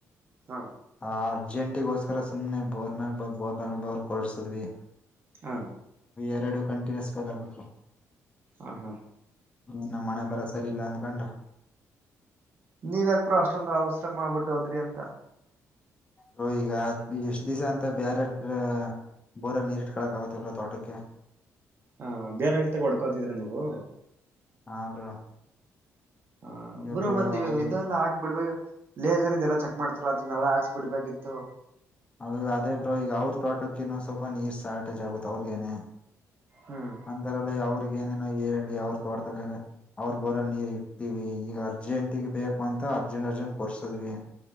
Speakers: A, on the right; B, on the left.
A: ಹಾ
B: ಆ ಅರ್ಜೆಂಟಿಗೋಸ್ಕರ ಸುಮ್ನೆ ಬೋರ್ ನ ಬ ಬೋರ್ ಮ ಕೊಡ್ಸಿದ್ವಿ
A: ಹಾ
B: ಎರಡು ಕಂಟಿನ್ಯೂಸ್ ಫೇಲ್ ಆಗ್ಬಿಟ್ಟು
A: ಹ ಹಾ
B: ಈ ನಮ್ ಹಣೆ ಬರ ಸರಿ ಇಲ್ಲ ಅನ್ಕೊಂಡು
A: ನೀವ್ ಯಾಕ್ ಬ್ರೋ ಅಷ್ಟೊಂದು ಅಷ್ಟೊಂದು ಹೌಸ್ರ ಮಾಡ್ಬಿಟ್ಟು ಹೋದ್ರಿ ಅಂತ
B: ಬ್ರೋ ಈಗ ಎಷ್ಟ್ ದಿಸ ಅಂತ ಬ್ಯಾರೆದು ಬೋರರ್ ನೀರಿಟ್ಕೊಳ್ಳಕ ಆಗುತ್ತ ಬ್ರೋ ತೋಟಕ್ಕೆ.
A: ಹಾ ಬೇರೆ ರೀತ ಹೊಡ್ಕೋತಿದ್ರ ನೀವು.
B: ಹಾ ಬ್ರೋ
A: ಹ
B: ಈಗ
A: ಬರೋ
B: ಬ್ರೋ
A: ಮತ್ತ
B: ಅವ್ರು
A: ಇಲ್ಲಾ ಆಕ್ಬಡ್ಬೇಕೇ ಲೇಸರಿಂದ ಎಲ್ಲ ಚೆಕ್ ಮಾಡ್ತಾರ ಅದನ್ನ ನೆಲ ಅರ್ಸು ಬಿಡ್ಬೇಕಿತ್ತು
B: ಅಲ್ಲ ಅದೇ ಬ್ರೋ ಈಗ ಅವ್ರ ತೋಟಕ್ಕಿನು ಸ್ವಲ್ಪ ನೀರ್ ಶಾರ್ಟೇಜ್ ಆಗುತ್ತತ್ ಅವ್ರಗೇನೆ.
A: ಹ್ಮ್
B: ಅಂದರಲ್ಲಿೇ ಅವ್ರಿಗ್ ಏನೇನೋ ಹೇಳಿ ಅವರು ತೋಟದಲ್ಲಿನೆ ಅವರು ಬೊರಲ್ ನೀರ್ ಇಟ್ತಿವಿ ಈಗ ಅರ್ಜೆಂಟಗ ಬೇಕು ಅಂತ. ಅರ್ಜೆಂಟ್ ಅರ್ಜೆಂಟ್ ಕೊರ್ಸದ್ವಿ